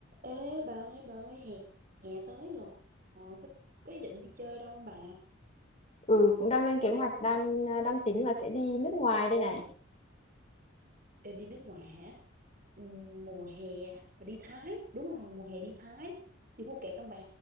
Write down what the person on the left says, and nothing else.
ừ cũng đang lên kế hoạch đang à, đang tính là sẽ đi nước ngoài đây này